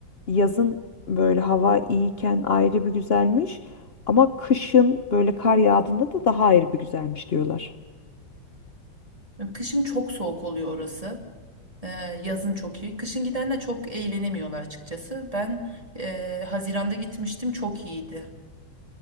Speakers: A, on the left; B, on the right.
A: yazın böyle hava iyiyken ayrı bir güzelmiş ama kışın böyle kar yağdığında da daha ayrı bir güzelmiş diyorlar.
B: Kışın çok soğuk oluyor orası. E, yazın çok iyi. Kışın gidenler çok eğlenemiyorlar açıkçası. Ben e, Haziran'da gitmiştim çok iyiydi.